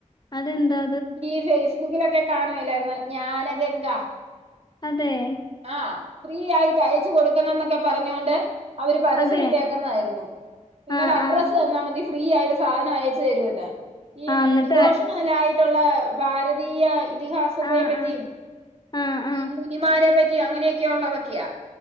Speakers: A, on the left (about 30°); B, on the right (about 50°).
A: അതെ എന്താ
B: ഈ ഫെയ്സ്ബുക്കിലൊക്കെ കാണാൻ ഇല്ലായിരുന്നൊ ജ്ഞാനഗംഗ
A: അതേയ്
B: ആഹ് ഫ്രീ ആയിട്ട് അയച്ച് കൊട് ന്നൊക്കെ പറഞ്ഞോണ്ട് അവര് പരസ്യം
A: അതെ
B: ഇട്ടേക്ക്ന്നായിരുന്നു നിങ്ങടെ
A: ആഹ്
B: അഡ്രസ്സ്
A: ആഹ്
B: തന്നാ മതി ഫ്രീ ആയിട്ട് സാധനം അയച്ച് തരുവെന്ന് ഈ
A: ആഹ്
B: മെഡിവോഷൻ
A: എന്നിട്ട്
B: ലായിട്ടുള്ളാ ഭാരതീയ്യ ഇ ഇതിഹാസത്തെ
A: ആഹ്
B: പറ്റീം
A: ആഹ് ആഹ് ആഹ്
B: ഈ മുനിമാരെ പറ്റിയും അങ്ങനെയറി ള്ളതൊക്കെയാ